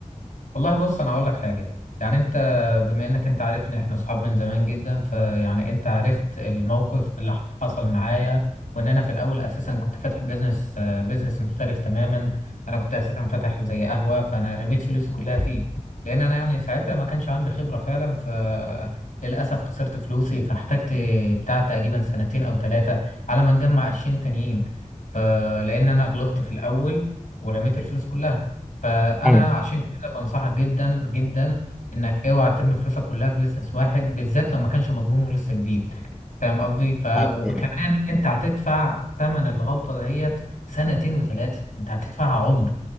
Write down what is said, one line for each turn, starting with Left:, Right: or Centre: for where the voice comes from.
Left: والله بص انا هقول لك حاجه يعني انت بما انك انت عارفني احنا اصحاب من زمان جدا فيعني انت عرفت الموقف اللي حصل معايا وان انا في الاول اساسا كنت فاتح بيزنس آه، بيزنس مختلف تماما انا كنت اساسا فاتح زي قهوه فانا رميت فلوسي كلها فيه لان انا يعني ساعتها ما كانش عندي خبره فعلا فللاسف خسرت فلوسي فاحتجت بتاع تقريبا سنتين او ثلاثه على ما نجمع قرشين تانيين فلان انا غلطت في الاول ورميت الفلوس كلها فانا
Centre: ايوه
Left: عشان كده بنصحك جدا جدا انك اوعى ترمي فلوسك كلها في بيزنس واحد بالذات لو ما كانش مضمون ولسه جديد فاهم قصدي ف
Centre: ايوه
Left: وكمان
Centre: ايوه
Left: انت هتدفع ثمن الغلطه ديت سنتين وثلاثه انت هتدفعها عمر